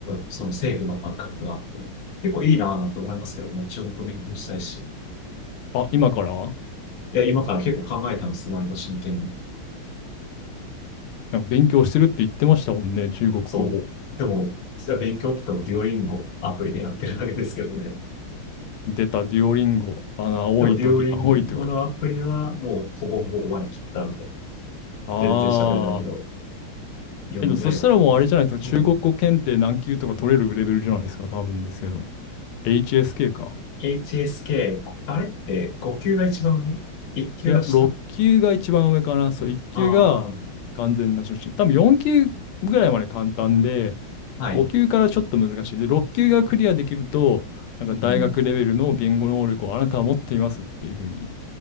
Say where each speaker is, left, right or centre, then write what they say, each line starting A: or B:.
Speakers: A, on the left (about 65°); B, on the left (about 80°).
A: その政府のバックアップがあって、結構いいなぁなんて思いますけどね、中国語勉強したいし。
B: あ、今からあ、
A: いや、今から結構考えたんです、割と真剣に。
B: なんか勉強してるって言ってましたもんね、中国語を。
A: そう。でも、実は勉強って言ってもデュオリンゴアプリでやってるわけですけどね。
B: 出たデュオリンゴ、あの、青い鳥、
A: でも、デュオリンゴのアプリはもうほぼほぼ終わりきったので、
B: 青い鳥ああ。
A: 全然喋れないけど、読むぐらいだったね。
B: えっと、そしたらもうあれじゃないですか。中国語検定何級とか取れるレベルじゃないですか。
A: うん。
B: 多分ですけど。HSK か。
A: HSK、あれって5級が一番上 ?1
B: いや、
A: 級が下あ
B: 6級が一番上かな。そう、1級が完全な初心。
A: あー、
B: 多分4級ぐらいまで簡単で、
A: はい。
B: 5級からちょっと難しい。で、6級がクリアできると、なんか大学レベルの言語能力をあなたは持っていますっていうふうに
A: うん。